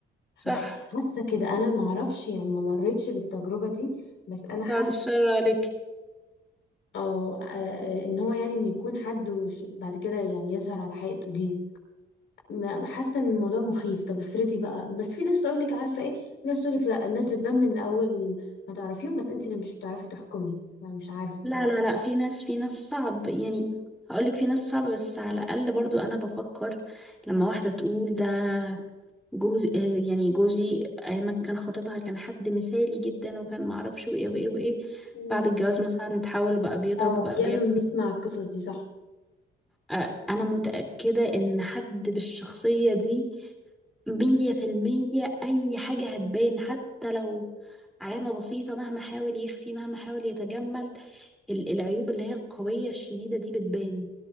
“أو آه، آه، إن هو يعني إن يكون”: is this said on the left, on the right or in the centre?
Left